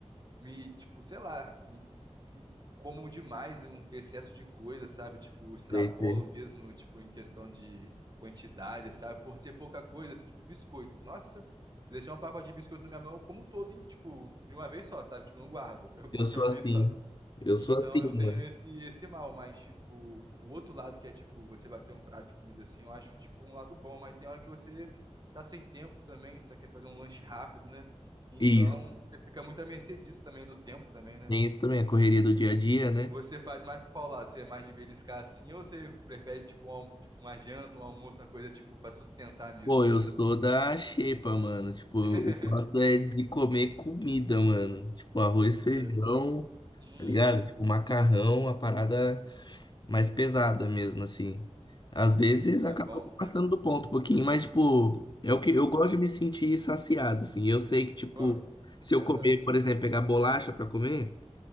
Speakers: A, on the right; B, on the left.
A: me, tipo, sei lá, me, me como demais um excesso de coisa, sabe? Tipo, extrapolo
B: Sei, sei.
A: mesmo, tipo, em questão de quantidade, sabe? Por ser pouca coisa, assim, tipo, biscoito. Nossa, se deixar um pacote de biscoito na minha mão, eu como todo, hein? Tipo, de uma vez só, sabe? Tipo, eu não guardo, <laughs> eu como
B: Eu sou
A: de uma
B: assim.
A: vez só.
B: Eu
A: Então
B: sou assim,
A: eu tenho
B: mano.
A: esse esse mal, mas tipo, o outro lado que é tipo você bater um prato de comida assim, eu acho tipo um lado bom, mas tem hora que você tá sem tempo também, você quer fazer um lanche rápido, né? Então
B: Isso.
A: você fica muito à mercê disso também do tempo também, né?
B: Tem isso também, a correria do dia a dia, né?
A: Você faz mais pro qual lado? Você é mais de beliscar assim ou você prefere tipo um alm- uma janta, um almoço, uma coisa tipo pra sustentar mesmo,
B: Pô,
A: sabe?
B: eu sou da xepa, mano. Tipo, eu
A: <laughs>
B: gosto é de comer comida, mano. Tipo, arroz, feijão,
A: Pô, Uhum.
B: tá ligado? Tipo, macarrão, a parada mais pesada mesmo, assim. Às vezes
A: É
B: acaba
A: bom, cara.
B: passando do ponto um pouquinho, mas, tipo, é o que eu gosto de me sentir saciado, assim. Eu sei que, tipo,
A: Pô,
B: se
A: verdade.
B: eu comer, por exemplo, pegar bolacha pra comer.